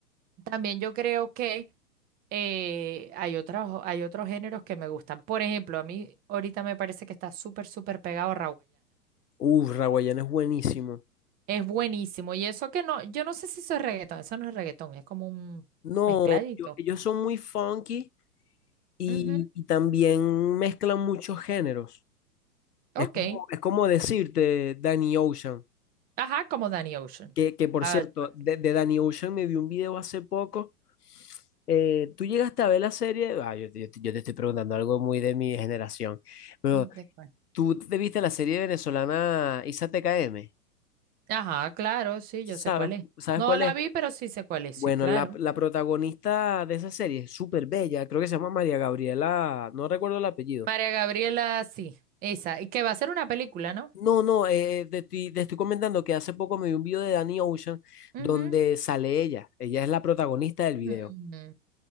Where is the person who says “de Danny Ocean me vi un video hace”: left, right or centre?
Left